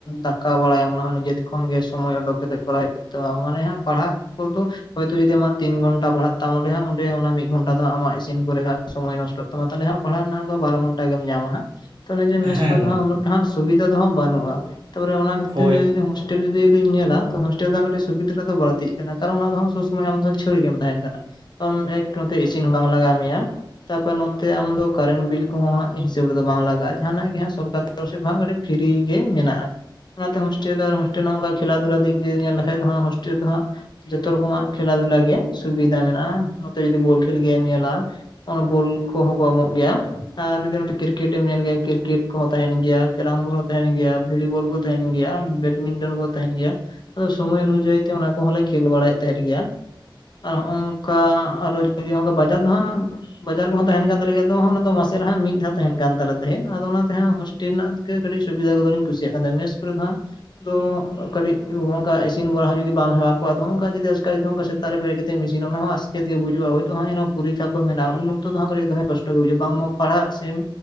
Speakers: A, on the left; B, on the right.
A: ᱫᱟᱠᱟ ᱵᱟᱲᱟᱭᱟᱢ ᱚᱱᱟ ᱦᱚᱸ ᱱᱤᱡᱮ ᱠᱷᱚᱱ ᱜᱮ ᱥᱚᱢᱚᱭ ᱳᱰᱳᱠ ᱠᱟᱛᱮᱜ ᱠᱚᱨᱟᱣ ᱦᱩᱭᱩᱜ ᱛᱟᱢᱟ ᱢᱟᱱᱮ ᱦᱟᱸᱜ ᱯᱟᱲᱦᱟᱜ <unintelligible> ᱳᱭᱛᱚ ᱡᱩᱫᱤ ᱟᱢ ᱛᱤᱱ ᱜᱷᱚᱱᱴᱟ ᱯᱟᱲᱦᱟᱜ ᱛᱟᱢ ᱚᱸᱰᱮ ᱦᱟᱸᱜ ᱚᱸᱰᱮ ᱢᱤᱫ ᱜᱷᱚᱱᱴᱟ ᱫᱚ ᱟᱢᱟᱜ ᱤᱥᱤᱱ ᱠᱚᱨᱮ ᱦᱟᱸᱜ ᱥᱚᱢᱚᱭ ᱱᱚᱥᱴᱚᱜ ᱛᱟᱢᱟ ᱛᱟᱦᱞᱮ ᱦᱟᱸᱜ ᱯᱟᱲᱦᱟᱜ ᱨᱮᱱᱟᱜ ᱫᱚ ᱵᱟᱨᱚ ᱜᱷᱚᱱᱴᱟ ᱜᱮᱢ ᱧᱟᱢᱟ ᱦᱟᱸᱜ <unintelligible> ᱚᱱᱮ ᱢᱮᱥ
B: ᱦᱮᱸ
A: ᱠᱚᱨᱮ ᱫᱚ
B: ᱜᱚᱢᱠᱮ
A: ᱩᱱᱟᱹᱜ ᱥᱩᱵᱤᱫᱷᱟ ᱫᱚ ᱦᱟᱸᱜ ᱵᱟᱹᱱᱩᱜᱼᱟ ᱛᱚᱨᱮ ᱚᱱᱟ ᱠᱷᱟᱹᱛᱤᱨ
B: ᱦᱳᱭ
A: <unintelligible> ᱦᱳᱥᱴᱮᱞ ᱡᱩᱫᱤ ᱞᱤᱧ ᱧᱮᱞᱟ ᱛᱚ ᱦᱳᱥᱴᱮᱞ ᱨᱮ ᱫᱚ ᱠᱟᱹᱴᱤᱡ ᱥᱩᱵᱤᱫᱷᱟ ᱫᱚ <unintelligible> ᱵᱟᱹᱲᱛᱤᱜ ᱠᱟᱱᱟ ᱠᱟᱨᱚᱱ ᱚᱱᱟ ᱫᱚ ᱥᱚᱵ ᱥᱚᱢᱚᱭ ᱟᱢᱫᱚ ᱪᱷᱟᱹᱲ ᱜᱮᱢ ᱛᱟᱦᱮᱱ ᱠᱟᱱᱟ ᱚᱱᱮ ᱮᱠ ᱱᱚᱛᱮ ᱤᱥᱤᱱ ᱦᱚᱸ ᱵᱟᱝ ᱞᱟᱜᱟᱣ ᱢᱮᱭᱟ ᱛᱟᱯᱚᱨ ᱱᱚᱛᱮ ᱟᱢ ᱫᱚ ᱠᱟᱨᱮᱱ ᱵᱤᱞ ᱠᱚᱦᱚ ᱦᱟᱸᱜ ᱦᱤᱥᱟᱹᱵ ᱨᱮᱫᱚ ᱵᱟᱝ ᱞᱟᱜᱟᱜᱼᱟ ᱡᱟᱦᱟᱱᱟᱜ ᱜᱮ ᱦᱟᱸᱜ ᱥᱚᱨᱠᱟᱨ <unintelligible> ᱦᱚᱸ ᱠᱟᱹᱴᱤᱡ ᱯᱷᱤᱨᱤ ᱜᱮ ᱢᱮᱱᱟᱜᱼᱟ ᱚᱱᱟᱛᱮ ᱦᱳᱥᱴᱮᱞ ᱫᱚ ᱦᱳᱥᱴᱮᱞ ᱦᱚᱸ ᱚᱱᱠᱟ ᱠᱷᱮᱞᱟ ᱫᱷᱩᱞᱟ ᱫᱤᱠ ᱫᱤᱭᱮ ᱧᱮᱞ ᱞᱮᱷᱟᱱ ᱫᱚ ᱦᱟᱸᱜ ᱦᱳᱥᱴᱮᱞ ᱨᱮ ᱫᱚ ᱦᱟᱸᱜ ᱡᱚᱛᱚ ᱨᱚᱠᱚᱢᱟᱜ ᱠᱷᱮᱞᱟ ᱫᱷᱩᱞᱟ ᱜᱮ ᱥᱩᱵᱤᱫᱟ ᱢᱮᱱᱟᱜᱼᱟ ᱱᱚᱛᱮ ᱡᱩᱫᱤ ᱵᱚᱞ ᱠᱷᱮᱞ ᱜᱮᱢ ᱧᱮᱞᱟ ᱚᱱᱟ ᱵᱚᱞ ᱠᱚᱦᱚᱸ ᱠᱚ ᱮᱢᱚᱜ ᱜᱮᱭᱟ ᱟᱨ ᱡᱩᱫᱤ ᱱᱚᱛᱮ ᱠᱨᱤᱠᱮᱴ ᱮᱢ ᱧᱮᱞ ᱜᱮᱭᱟ ᱠᱨᱤᱠᱮᱴ ᱠᱚᱦᱚᱸ ᱛᱟᱦᱮᱱ ᱜᱮᱭᱟ ᱠᱮᱨᱟᱢ ᱵᱳᱞ ᱛᱟᱦᱮᱱ ᱜᱮᱭᱟ ᱵᱷᱚᱞᱤᱵᱚᱞ ᱠᱚ ᱛᱟᱦᱮᱱ ᱜᱮᱭᱟ ᱵᱮᱰᱢᱤᱱᱴᱚᱱ ᱠᱚ ᱛᱟᱦᱮᱱ ᱜᱮᱭᱟ ᱟᱫᱚ ᱥᱚᱢᱚᱭ ᱚᱱᱩᱡᱟᱭᱤ ᱛᱮ ᱚᱱᱟ ᱠᱚᱦᱚᱸᱞᱮ ᱠᱷᱮᱞ ᱵᱟᱲᱟᱭᱮᱫ ᱛᱟᱦᱮᱸᱫ ᱜᱮᱭᱟ ᱟᱨ ᱱᱚᱜ-ᱚ ᱱᱚᱝᱠᱟ ᱟᱨ ᱦᱚ ᱡᱩᱫᱤ ᱵᱟᱡᱟᱨ ᱫᱚ ᱦᱟᱸᱜ ᱵᱟᱡᱟᱨ ᱠᱚᱦᱚᱸ ᱛᱟᱦᱮᱱ ᱠᱟᱱ ᱛᱟᱞᱮᱭᱟ ᱟᱫᱚ ᱢᱟᱥᱮ ᱨᱮᱦᱟᱸᱜ ᱢᱤᱫ ᱫᱷᱟᱣ ᱛᱟᱦᱮᱱ ᱠᱟᱱ ᱛᱟᱞᱮ ᱛᱟᱦᱮᱸᱫ ᱟᱫᱚ ᱚᱱᱟᱛᱮ ᱦᱟᱸᱜ ᱦᱤᱥᱴᱮᱞ ᱨᱮᱱᱟᱜ ᱜᱮ ᱠᱟᱹᱴᱤᱡ ᱥᱩᱵᱤᱫᱷᱟ ᱠᱚᱫᱚ ᱞᱤᱧ ᱠᱩᱥᱤᱭᱟᱜ ᱠᱟᱱ ᱛᱟᱦᱮᱸᱫ ᱢᱮᱥ ᱠᱚᱨᱮ ᱫᱚ ᱦᱟᱸᱜ <unintelligible> ᱠᱟᱹᱴᱤᱡ ᱱᱚᱜᱚ ᱱᱚᱝᱠᱟ ᱤᱥᱤᱱ ᱵᱟᱲᱟ ᱦᱚᱸ ᱡᱩᱫᱤ ᱵᱟᱢ ᱦᱮᱣᱟᱣ ᱠᱚᱜᱟ ᱟᱫᱚ ᱱᱚᱜ-ᱚ ᱱᱚᱝᱠᱟᱱ ᱡᱩᱫᱤ ᱟᱪᱟᱠᱟ ᱡᱩᱫᱤ ᱱᱚᱜ-ᱚ ᱱᱚᱝᱠᱟᱱ ᱥᱮᱛᱟᱜ ᱨᱮ ᱵᱮᱨᱮᱫ ᱠᱟᱛᱮᱢ ᱤᱥᱤᱱᱟ ᱚᱱᱟ ᱦᱚᱸ ᱟᱥᱠᱮᱛ ᱜᱮ ᱵᱩᱡᱚᱜᱟ ᱦᱳᱭ ᱛᱚ <unintelligible> ᱯᱚᱨᱤᱠᱷᱟ ᱠᱚ ᱢᱮᱱᱟᱜᱼᱟ ᱩᱱ ᱚᱠᱛᱚᱠ ᱦᱟᱸᱜ ᱠᱟᱹᱴᱤᱡ ᱫᱚᱢᱮ ᱠᱚᱥᱴᱚ ᱜᱮ ᱵᱩᱡᱷᱟᱹᱜ-ᱟ ᱵᱟᱝ ᱢᱟᱢ ᱯᱟᱲᱦᱟᱜ ᱥᱮᱢ